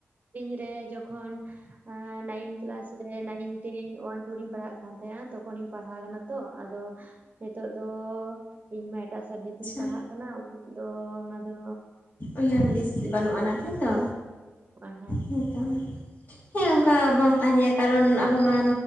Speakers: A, on the right; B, on the left.
A: ᱤᱧᱨᱮ ᱡᱚᱠᱷᱚᱱ ᱱᱟᱭᱤᱱ ᱠᱮᱞᱟᱥ ᱨᱮ ᱱᱟᱭᱤᱱ ᱴᱮᱱ ᱳᱣᱟᱱ ᱴᱩᱨ ᱨᱤᱧ ᱯᱟᱲᱦᱟᱜ ᱠᱟᱱ ᱛᱟᱦᱮᱸᱦᱱᱟ ᱛᱚᱠᱷᱚᱱᱤᱧ ᱯᱟᱲᱦᱟᱣ ᱟᱠᱟᱱᱟ ᱛᱚ ᱟᱫᱚ ᱱᱤᱛᱚᱜ ᱫᱚ ᱤᱧ ᱢᱟ ᱮᱴᱟᱜ ᱥᱟᱵᱽᱡᱮᱠᱴ
B: ᱟᱪᱪᱷᱟ
A: ᱛᱤᱧ ᱯᱟᱲᱦᱟᱜ ᱠᱟᱱᱟ ᱠᱟᱱᱟᱢ ᱫᱚ ᱚᱱᱟ ᱫᱚ
B: ᱩᱭᱦᱟᱹᱨ ᱦᱩᱫᱤᱥ ᱵᱟᱹᱱᱩᱜ ᱟᱱᱟ, ᱛᱟᱭᱛᱚ
A: ᱦᱮᱸ
B: ᱦᱮᱸᱛᱚ᱾ ᱦᱮᱸ ᱚᱝᱠᱟ ᱵᱟᱝ ᱛᱟᱦᱮᱱ ᱜᱮᱭᱟ ᱠᱟᱨᱚᱱ ᱟᱵᱚ ᱢᱟ